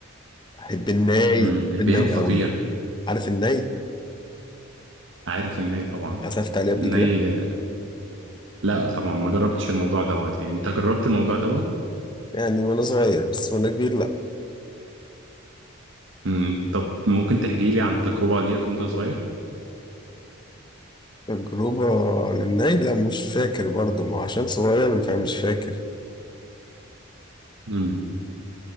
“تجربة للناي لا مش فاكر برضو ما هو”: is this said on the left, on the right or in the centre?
Left